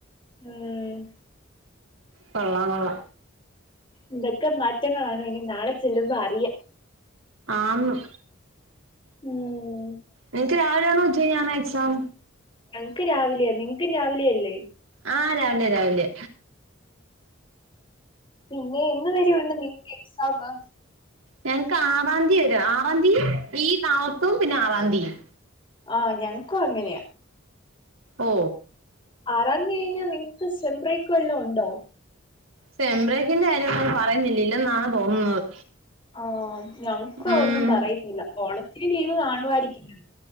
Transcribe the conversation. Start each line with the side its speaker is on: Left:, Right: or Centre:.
Left: ം
Right: കൊള്ളാം കൊള്ള
Left: എന്തൊക്കെ മാറ്റങ്ങളാണോ ഇനി നാളെ ചെല്ലുമ്പോ അറിയാം.
Right: ആന്ന്
Left: ം
Right: നിനക്ക് രാവിലെയണോ ഉച്ചകയിഞ്ഞാണോ എക്സാം?
Left: ഞങ്ങക്ക് രാവിലെയാ നിങ്ങക്കും രാവിലെ അല്ലേ?
Right: ആ രാവിലെ രാവിലെ.
Left: പിന്നെ എന്ന് വരൊണ്ട് നിങ്ങ്ക്ക് എക്സമ്?
Right: ഞങ്ങക്ക് ആറാന്തിവരെ ആറാന്തിയും <unintelligible> പിന്നെ ആറാന്തീം
Left: ആഹ ഞങ്ങക്കും അങ്ങനെയാ-
Right: ഓ
Left: ആരാന്തീ കയിഞ്ഞ് നിങ്ങക്ക് സേം ബ്രേക്ക്‌ വല്ലോം ണ്ടോ?
Right: സെംബ്രേക്കിന്റെ കാര്യം പറയുന്നില്ല ഇല്ലെന്നാണ് തോന്നുന്നത്.
Left: ആഹ് ഞങ്ങക്കതൊന്നും
Right: ഉം
Left: പറയുന്നില്ല ഓണത്തിന് ലീവ കാണുവായിരിക്കും.